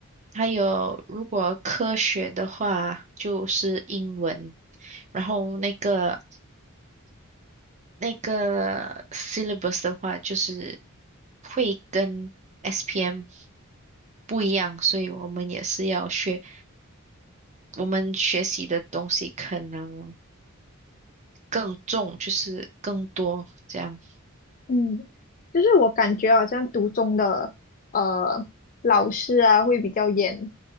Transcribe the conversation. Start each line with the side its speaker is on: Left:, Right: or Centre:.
Right: 还有如果科学的话就是英文。然后那个那个 syllabus 的话，就是会跟 SPM 不一样，所以我们也是要学，我们学习的东西可能更重，就是更多这样。
Left: 嗯，就是我感觉好像读中的呃老师啊会比较严，